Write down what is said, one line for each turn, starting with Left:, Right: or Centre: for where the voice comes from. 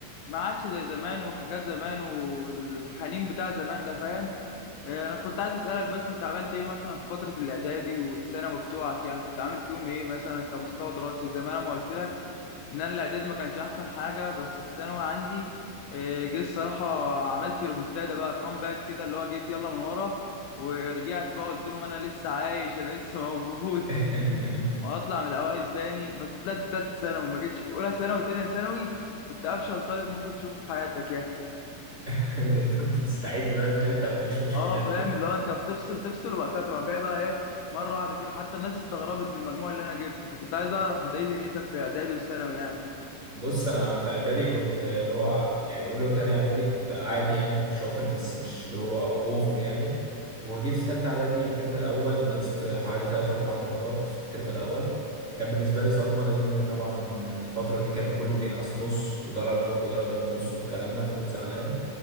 Left: ما عادش زي زمان وحاجات زمان والحنين بتاع زمان ده فاهم آه، انا كنت عايز اسألك بس انت عملت ايه مثلا في فترة الاعدادي والثانوي بتوعك يعني كنت عامل فيهم ايه مثلا كمستوى دراسي زي ما انا ما قلت لك ان انا الاعدادي ما كانش احسن حاجه بس الثانوي عندي آه، جه الصراحه عملت ريمونتادا بقى كومباك كده اللي هو جيت يلا من ورا ورجعت بقى قلت لهم انا لسه عايش انا لسه موجود
Right: <laughs>
Left: <laughs> وهطلع من الاوائل تاني بس طلعت في ثالثه ثانوي ما جيتش في اولى ثانوي وثانيه ثانوي كنت افشل طالب ممكن تشوفه في حياتك يا
Right: <laughs> أنت كنت بتستعد بقى لتالتة ما فيهاش مشكلة
Left: اه
Right: دي
Left: فاهم اللي هو انت بتفصل تفصل وبعد كده تروح جاي بقى ايه مره واحده كده حتى الناس استغربت من المجموع اللي انا جبته فكنت عايز اعرف انت ايه دنيتك في اعدادي وثانوي يعني
Right: بص انا في اعدادي كنت اللي هو يعني اولى وتانية اعدادي كنت عادي يعني كنت شاطر بس مش اللي هو اوفر يعني وجيت في تالتة اعدادي الترم الاول نقصت حوالي تلات اربع درجات في الترم الاول كان بالنسبة لي صدمة لان طبعا الفترة دي كان كله بينقص نص ودرجة ودرجة ونص والكلام ده فكنت زعلان